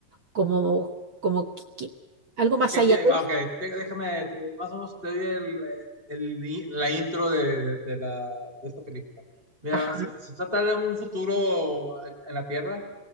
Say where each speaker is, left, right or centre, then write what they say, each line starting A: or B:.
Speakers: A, on the right; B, on the right.
A: como, como que- que- algo más
B: ¿Qué,
A: allá
B: qué?
A: de
B: Ah,
A: eso.
B: Ok, te- déjame, te- más o menos te doy el, el- i- la intro de, de- de la, de esta película. Mira,
A: Ajá,
B: se, se trata de un futuro en la Tierra,